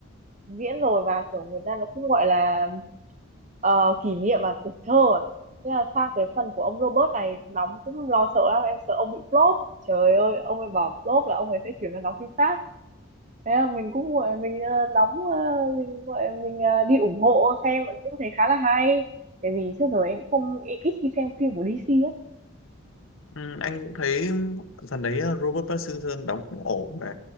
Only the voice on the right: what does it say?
diễn rồi và kiểu người ta nó cũng gọi là ờ, kỷ niệm à tuổi thơ à thế là sang cái phần của ông Robert này đóng cũng lo sợ lắm em sợ ông bị flop trời ơi ông ấy bảo flop là ông ấy sẽ chuyển sang đóng phim khác thế là mình cũng gọi mình ờ, đóng ờ, mình gọi mình ờ, đi ủng hộ xem cũng thấy khá là hay Tại vì trước giờ em không em ít khi xem phim của DC á.